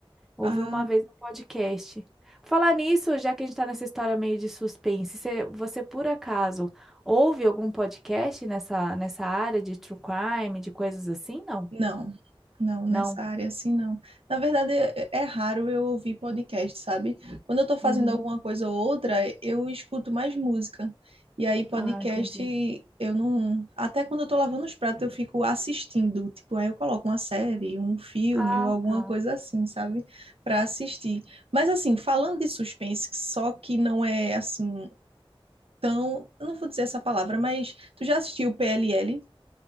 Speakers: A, in the centre; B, on the right (about 75°).
A: Ouvi
B: Ah.
A: uma vez no podcast. Falar nisso, já que a gente está nessa história meio de suspense, você, você, por acaso ouve algum podcast nessa, nessa área de true crime, de coisas assim? Não?
B: Não, não, nessa
A: Não.
B: área assim não. Na verdade, é é raro eu ouvir podcast, sabe? Quando eu tô fazendo
A: Uhum.
B: alguma coisa ou outra, eu escuto mais música. E aí, podcast,
A: Ah, entendi.
B: eu não. Até quando eu tô lavando os pratos, eu fico assistindo. Tipo, aí eu coloco uma série, um filme
A: Ah,
B: ou alguma
A: tá.
B: coisa assim, sabe? Pra assistir. Mas, assim, falando de suspense, só que não é assim tão. Eu não vou dizer essa palavra, mas tu já assistiu PLL?